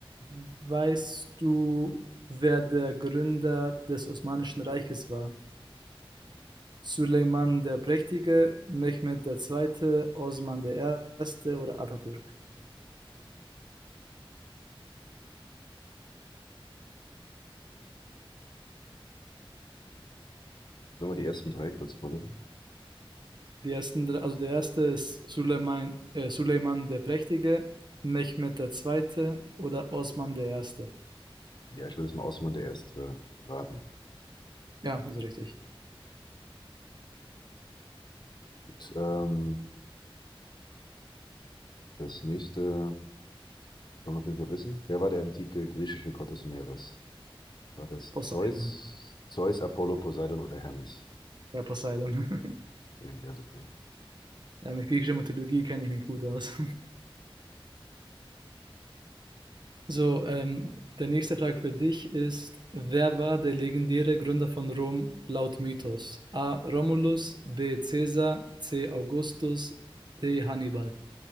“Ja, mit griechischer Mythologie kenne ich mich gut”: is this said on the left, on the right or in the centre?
Right